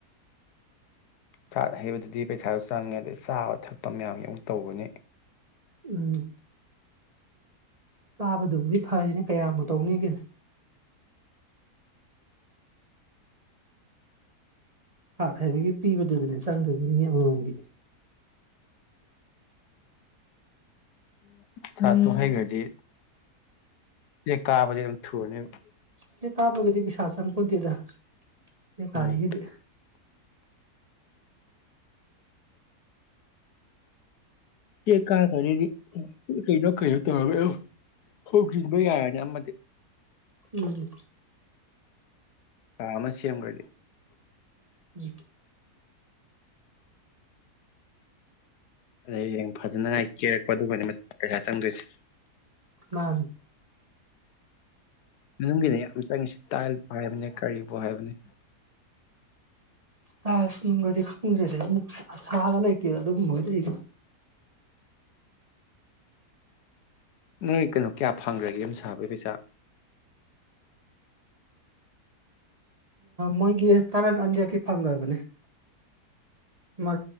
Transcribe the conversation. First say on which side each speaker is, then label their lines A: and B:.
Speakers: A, on the left; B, on the right.
A: ꯁꯥꯠ ꯍꯩꯕꯗꯨꯗꯤ ꯄꯩꯁꯥꯁꯨ ꯆꯪꯉꯦ ꯑꯗꯩ ꯆꯥꯕ ꯊꯛꯄ ꯃꯌꯥꯝꯁ ꯑꯃꯨꯛ ꯇꯧꯕꯅꯤ
B: ꯎꯝ ꯆꯥꯕꯗꯨꯕꯨꯗꯤ ꯐꯩꯔꯦꯅꯦ ꯀꯌꯥꯝꯕꯨ ꯇꯧꯅꯦꯒꯦ ꯁꯥꯠ ꯍꯩꯕꯒꯤ ꯄꯤꯕꯗꯨꯗꯅꯦ ꯆꯪꯗꯣꯏꯁꯤꯅ ꯃꯤ ꯑꯃꯃꯝꯒꯤ
A: ꯁꯥꯠ ꯇꯨ ꯍꯩꯒ꯭ꯔꯥꯗꯤ ꯗꯤ ꯆꯦꯛ ꯀꯥꯕꯗꯤ ꯑꯗꯨꯝ ꯊꯨꯨꯔꯅꯦꯕ
B: ꯆꯦꯛ ꯀꯥꯕꯒꯗꯤ ꯄꯩꯁꯥ ꯆꯪꯄꯣꯟꯇꯦꯗ ꯆꯦꯛ ꯀꯥꯔꯤꯒꯤꯗꯤ
A: ꯎꯝ ꯆꯦꯛ ꯀꯥꯈ꯭ꯔꯥꯗꯤ ꯀꯩꯅꯣ ꯀꯩꯅꯣ ꯇꯧꯔꯒ ꯑꯗꯨꯝ ꯍꯣꯡꯖꯟꯕ ꯥꯔꯅꯤ ꯑꯃꯗꯤ
B: ꯎꯝ
A: ꯀꯥ ꯑꯃ ꯁꯦꯝꯈ꯭ꯔꯥꯗꯤ
B: ꯎ
A: ꯑꯗꯩ ꯍꯌꯦꯡ ꯐꯖꯅ ꯀꯦꯔꯛꯄ ꯑꯗꯨꯗꯅꯤ ꯄꯩꯁꯥ ꯆꯪꯗꯣꯏꯁꯦ
B: ꯃꯥꯅꯦ
A: ꯃꯅꯨꯡꯒꯤꯅꯦ ꯌꯥꯝ ꯆꯪꯉꯤꯁꯤ ꯇꯥꯏꯜꯕꯨ ꯍꯥꯏꯕꯅꯦ ꯀꯔꯤꯕꯨ ꯍꯥꯏꯕꯅꯦ
B: ꯇꯥꯏꯁ ꯅꯨꯡꯒꯗꯤ ꯈꯪꯗ꯭ꯔꯦꯗꯥ ꯏꯕꯨꯡꯉꯣ ꯑꯁꯥꯒ ꯂꯩꯇꯦꯗ ꯑꯗꯨꯒꯨꯝꯕꯒꯗꯤ ꯑꯩꯗꯤ
A: ꯅꯣꯏ ꯀꯩꯅꯣ ꯀꯌꯥ ꯐꯪꯈ꯭ꯔꯒꯦ ꯌꯥꯝ ꯁꯥꯕꯒꯤ ꯄꯩꯁꯥ
B: ꯃꯣꯏꯒꯤ ꯇꯔꯟ ꯑꯅꯤꯈꯛꯀꯤ ꯐꯪꯈ꯭ꯔꯕꯅꯦ <unintelligible> <unintelligible> ꯑꯃ